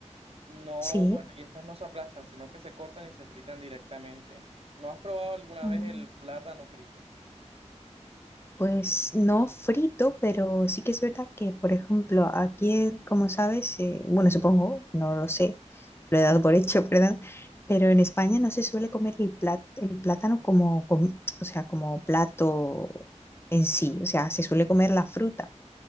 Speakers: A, on the right (about 50°); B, on the left (about 20°).
A: No,
B: Sí,
A: bueno, y estas no se aplastan, sino que se cortan y se fritan directamente. ¿No has probado alguna
B: mm,
A: vez el plátano frito?
B: pues no frito, pero sí que es verdad que, por ejemplo, aquí, eh, como sabes, eh, bueno, supongo, no lo sé, lo he dado por hecho, <laughs> ¿verdad? Pero en España no se suele comer el plat- el plátano como, com- o sea, como plato en sí, o sea, se suele comer la fruta.